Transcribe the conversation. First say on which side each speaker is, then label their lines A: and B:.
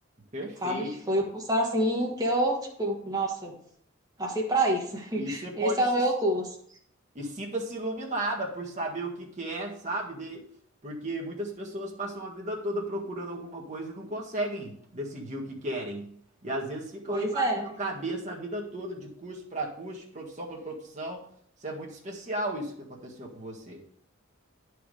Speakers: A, on the right; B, on the right.
A: Perfeito.
B: sabe? Foi o curso, assim, que eu, tipo, nossa, nasci pra isso. <laughs>
A: E você pode
B: Esse é
A: se
B: o meu curso.
A: E sinta-se iluminada por saber o que quer, sabe? De- Porque muitas pessoas passam a vida toda procurando alguma coisa e não conseguem decidir o que querem. E às vezes ficam
B: Pois
A: aí batendo
B: é,
A: cabeça a vida toda, de curso para curso, de profissão para profissão. Isso é muito especial, isso que aconteceu com você.